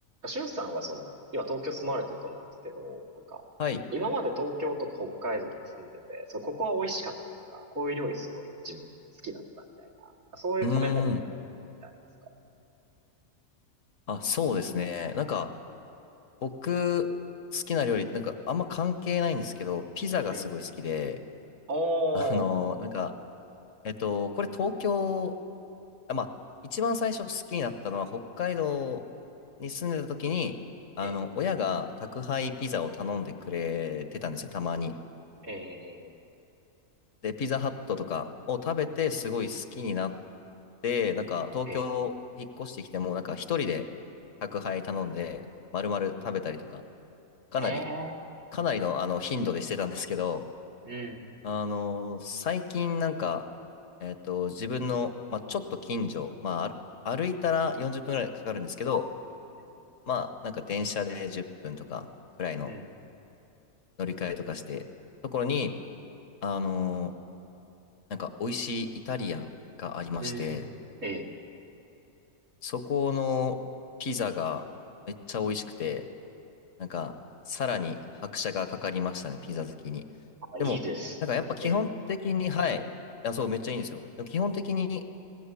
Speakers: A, on the right; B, on the left.
A: しゅんさんはその、今東京住まわれてると思うんですけど、なんか、
B: はい。
A: 今まで東京とか北海道とか住んでて、そう、ここは美味しかったとか、こういう料理すごい自分好きだったみたいな、そういう食べ物とか
B: うーん。
A: ってありますか
B: あ、そうですね。なんか、僕、好きな料理、なんか、あんま関係ないんですけど、ピザがすごい好きで、
A: ええ。おー、
B: あのーなんか、えっと、これ東京、あ、まあ、一番最初好きになったのは、北海道に住んでた時に、あの、
A: ええ、
B: 親が宅配ピザを頼んでくれてたんですよ、たまに。
A: ええ、
B: で、ピザハットとかを食べて、すごい好きになっで、なんか東京引っ越してきても、
A: ええ、
B: なんか一人で宅配頼んで、丸々食べたりとか、かなり、
A: ええ、
B: かなりのあの頻度でしてたんですけど、
A: うん、
B: あの、最近なんか、えっと、自分の、まあ、ちょっと近所、まあ、歩歩いたら40分ぐらいかかるんですけど、
A: うん、
B: まあ、なんか電車で10分とかくらいの
A: うん、
B: 乗り換えとかして、ところに、あの、なんか美味しいイタリアンがありまして、
A: うん。ええ、
B: そこのピザがめっちゃ美味しくて、なんか、さらに拍車がかかりましたね、ピザ好きに。
A: あ、
B: でも、
A: いいです。
B: なんかやっぱ基本的に、
A: ええ、
B: はい。いや、そう、めっちゃいいんですよ。でも基本的に、